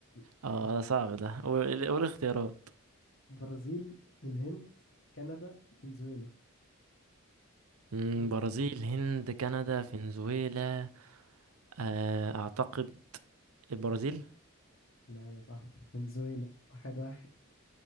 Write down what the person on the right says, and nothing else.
اه ده صعب ده قول قول اختيارات
مم،
برازيل هند كندا فنزويلا آه، اعتقد البرازيل